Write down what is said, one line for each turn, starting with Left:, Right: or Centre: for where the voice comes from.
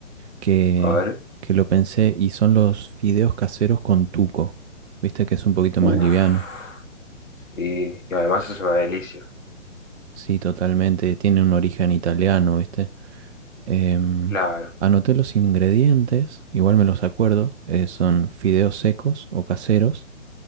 Right: que,
Left: A ver,
Right: que lo pensé y son los fideos caseros con tuco. Viste que es un poquito
Left: uff,
Right: más liviano.
Left: sí, y además es una delicia,
Right: Sí, totalmente, tiene un origen italiano, ¿viste? Em,
Left: claro,
Right: anoté los ingredientes, igual me los acuerdo, eh, son fideos secos o caseros,